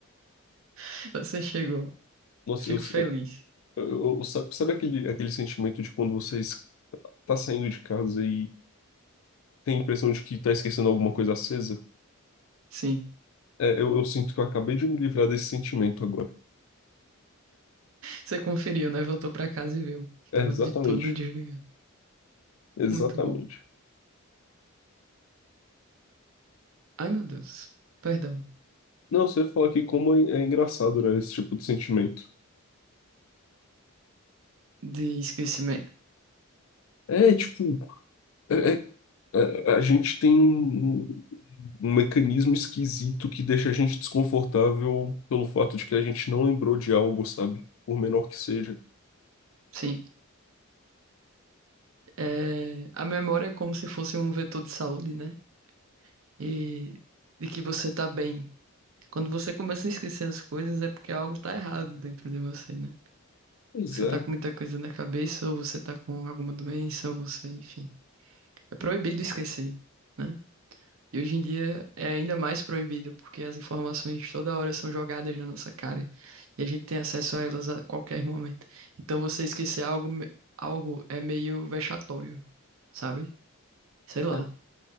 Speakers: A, on the right (about 65°); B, on the left (about 70°).
A: <laughs> você chegou.
B: Nossa,
A: Fico
B: eu,
A: feliz.
B: eu, eu- eu- sabe, sabe aquele, aquele sentimento de quando você está saindo de casa e tem a impressão de que está esquecendo alguma coisa acesa?
A: Sim.
B: É, eu, eu sinto que eu acabei de me livrar desse sentimento agora.
A: Você conferiu, né? Voltou pra casa e viu que
B: É,
A: tava
B: exatamente.
A: de tudo desligado.
B: Exatamente.
A: Muito bom. Ai, meu Deus. Perdão.
B: Não, você fala que como é, é engraçado, né, esse tipo de sentimento.
A: De esquecimento.
B: É, tipo, é- é- a gente tem um, um mecanismo esquisito que deixa a gente desconfortável pelo fato de que a gente não lembrou de algo, sabe? Por menor que seja.
A: Sim. É, a memória é como se fosse um vetor de saúde, né? E de que você tá bem. Quando você começa a esquecer as coisas, é porque algo tá errado dentro de você, né?
B: Pois
A: Você
B: é.
A: tá com muita coisa na cabeça, ou você tá com alguma doença, ou você, enfim. É proibido esquecer, né? E hoje em dia é ainda mais proibido, porque as informações toda hora são jogadas na nossa cara. E a gente tem acesso a elas a qualquer momento. Então você esquecer algo, me- algo é meio vexatório, sabe? Sei lá.
B: é,